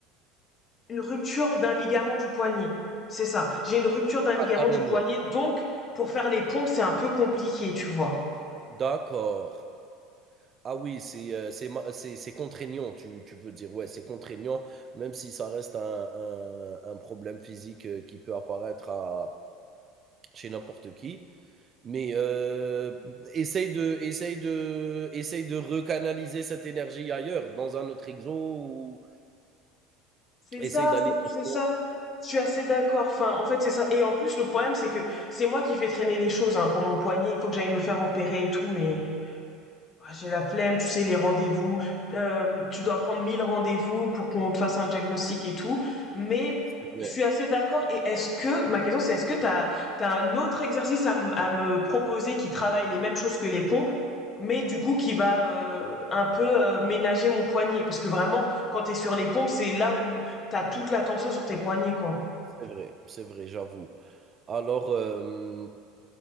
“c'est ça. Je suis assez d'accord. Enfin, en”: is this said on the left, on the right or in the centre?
Left